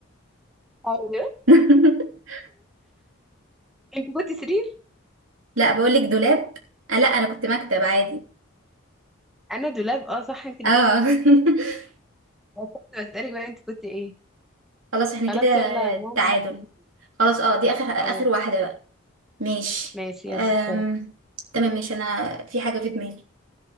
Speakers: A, in the centre; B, on the right (about 70°).
A: اه دولاب
B: <laughs>
A: انت كنت سرير
B: لا بقول لك دولاب آه لا انا كنت مكتب عادي
A: انا دولاب اه صح انت اللي
B: اه
A: فزت
B: <laughs>
A: أنا كنت بسألك بقى انت كنت ايه
B: خلاص احنا
A: خلاص
B: كده
A: يلا نعمل
B: تعادل
A: واحدة.
B: خلاص اه دي اخر اخر
A: اه
B: واحدة بقى ماشي
A: ماشي
B: أم...
A: يلا بسرعة
B: تمام ماشي انا في حاجة في دماغي